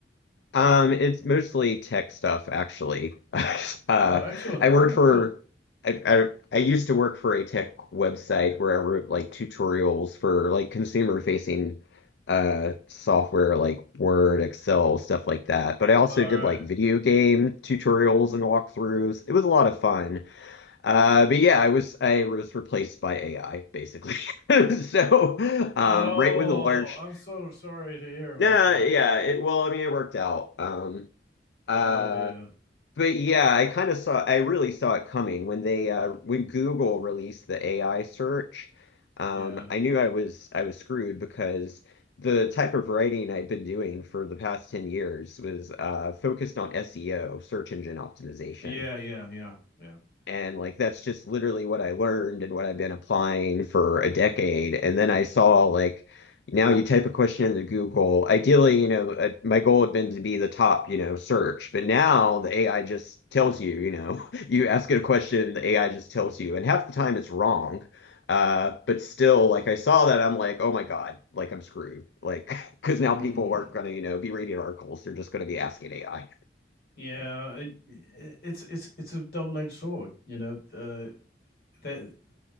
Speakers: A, on the left (about 80°); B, on the left (about 60°).
A: Um, it's mostly tech stuff, actually. <laughs> Uh,
B: Oh, excellent.
A: I worked
B: Oh,
A: for,
B: cool.
A: I, I, I used to work for a tech website where I wrote like tutorials for like consumer facing uh software like Word, Excel, stuff like that. But I also
B: All
A: did
B: right.
A: like video game tutorials and walkthroughs. It was a lot of fun. Uh, but yeah, I was I was replaced by AI basically. <laughs> So, um,
B: Oh,
A: right when the large,
B: I'm so sorry to hear about
A: nah,
B: that.
A: yeah, it well, I mean, it worked out. Um, uh,
B: Oh dear.
A: but yeah, I kind of saw, I really saw it coming when they, uh, when Google released the AI search. Um,
B: Yeah.
A: I knew I was, I was screwed because the type of writing I'd been doing for the past 10 years was, uh, focused on SEO, search engine optimization.
B: Yeah. Yeah. Yeah. Yeah.
A: And like that's just literally what I learned and what I've been applying for a decade. And then I saw like now you type a question into Google. Ideally, you know, uh, my goal had been to be the top, you know, search, but now the AI just tells you, you know, <laughs> you ask it a question, the AI just tells you, and half the time it's wrong. Uh, but still, like I saw that, I'm like, oh my God, like I'm screwed. Like, <laughs> because now
B: Hmm.
A: people aren't going to, you know, be reading articles. They're just going to be asking AI.
B: Yeah. It, it's it's it's a double-edged sword. You know. Uh, that.